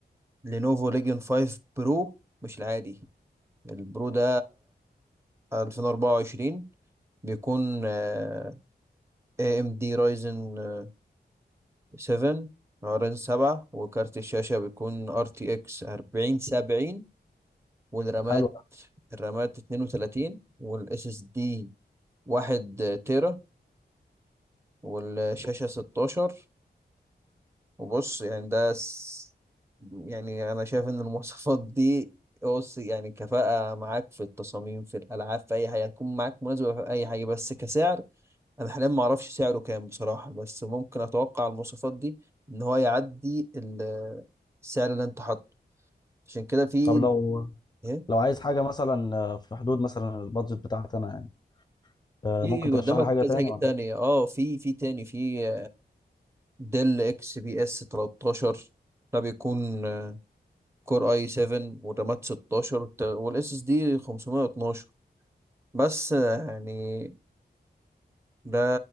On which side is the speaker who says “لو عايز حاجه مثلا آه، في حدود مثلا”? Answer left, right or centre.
Left